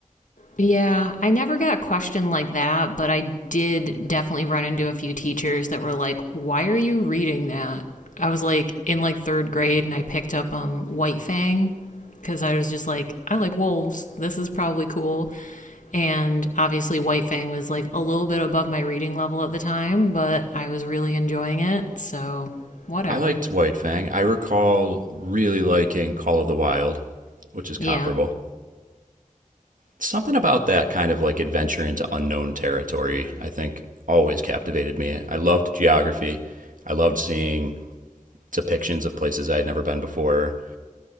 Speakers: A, on the left (about 70°); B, on the right (about 80°).
A: Yeah, I never got a question like that, but I did definitely run into a few teachers that were like, "Why are you reading that?" I was like in like 3rd grade and I picked up um White Fang cuz I was just like, "I like wolves. This is probably cool." And obviously White Fang was like a little bit above my reading level at the time, but I was really enjoying it, so whatever.
B: I liked White Fang. I recall really liking Call of the Wild, which is
A: Yeah.
B: comparable. Something about that kind of like adventure into unknown territory, I think, always captivated me. I loved geography. I loved seeing depictions of places I had never been before.